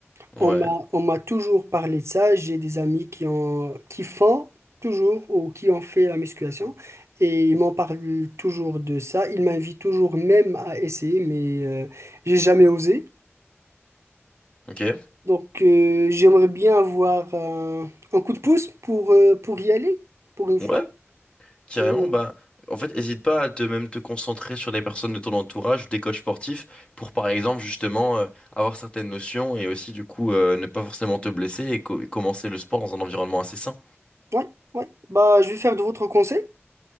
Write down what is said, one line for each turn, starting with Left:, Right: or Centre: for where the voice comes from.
Right: On
Left: Ouais.
Right: m'a, on m'a toujours parlé de ça. J'ai des amis qui ont, qui font toujours ou qui ont fait la musculation et ils m'en parlent toujours de ça. Ils m'invitent toujours même à essayer, mais euh, j'ai jamais osé.
Left: Ok,
Right: Donc euh, j'aimerais bien avoir un, un coup de pouce pour, euh, pour y aller pour une fois.
Left: ouais, carrément,
Right: Et
Left: bah, en fait, hésite pas à te même te concentrer sur des personnes de ton entourage ou des coachs sportifs pour, par exemple, justement, euh, avoir certaines notions et aussi, du coup, euh, ne pas forcément te blesser et co- et commencer le sport dans un environnement assez sain.
Right: ouais, ouais. Bah, je vais faire de votre conseil